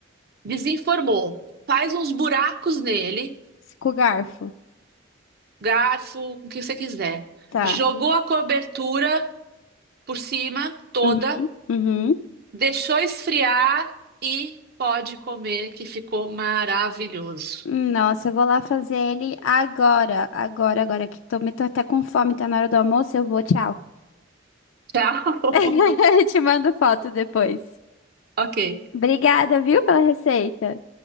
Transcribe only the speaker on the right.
Desenformou. Faz uns buracos nele
garfo, o que você quiser.
Jogou a cobertura por cima toda,
deixou esfriar e pode comer, que ficou maravilhoso.
Tchau.
<laughs>
Ok.